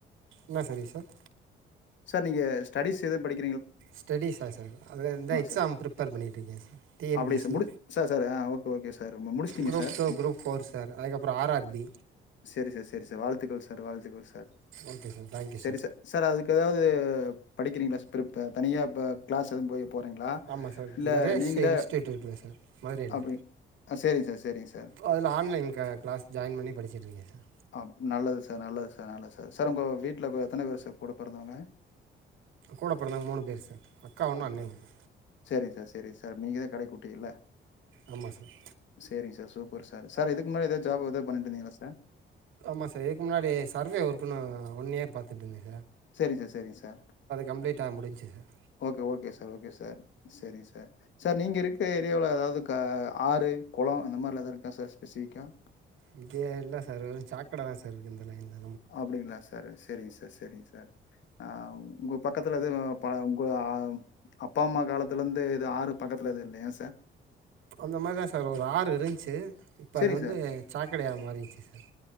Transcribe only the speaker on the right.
என்னா ஸ்டடீஸ் சார்
ஸ்டெடீஸ்ஸா சார் அது வந்தா எக்ஸாம்
ப்ரிப்பேர் பண்ணிட்டுருக்க சார் டி என்
பி
சி
group
two group four sir அதுக்கப்றோ ஆர் ஆர் பி
ஓகே சார் தேங்க்யூ
ஆமாம் சார்
இந்த ரேஸ்
இன்ஸ்டியூட் இருக்குல்ல சார் மதுரையில்
அதில் ஆன்லைன் க கிளாஸ் ஜாயின் பண்ணி படிச்சிட்ருக்கே சார்
கூட பொறந்தவங்க மூணு பேரு சார் அக்கா ஒன்று
அண்ணே ஒன்று
ஆமாம் சார்
ஆமா சார் இதுக்கு முன்னாடி சர்வே ஒர்க்குனு ஒன் இயர் பாத்துட்டு இருந்தே
கம்ப்ளீட்டாக முடிஞ்சுச்சு sir
இங்கே இல்ல சாரு வெறும் சாக்கட தா சார் இருக்கு இந்த லைன்ல
அந்த மாதிரிதா சார் ஒரு ஆறு இருந்துச்சி இப்ப
அது வந்து
சாக் கிடையா மாரிச்சி சார்